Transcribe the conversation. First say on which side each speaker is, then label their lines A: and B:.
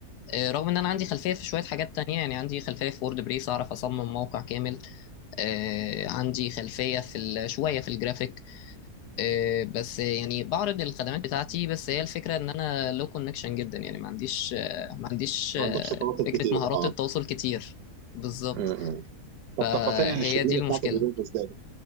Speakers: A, on the left; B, on the right.
A: آه، رغم ان انا عندي خلفيه في شويه حاجات تانية يعني عندي خلفيه في وورد بريس اعرف اصمم موقع كامل آه، عندي خلفيه في ال- شويه في الجرافيك آه، بس يعني بعرض الخدمات بتاعتي بس هي الفكرة ان انا لو كونكشن جدا يعني ما عنديش آه، ما عنديش
B: ما
A: آه،
B: عندكش تواصل
A: فكرة
B: كتير
A: مهارات
B: اه
A: التواصل كتير بالظبط
B: م-م. طب
A: فهي
B: تفاصيل الشغلانة
A: دي المشكلة
B: بتاعتك بتمشي ازاي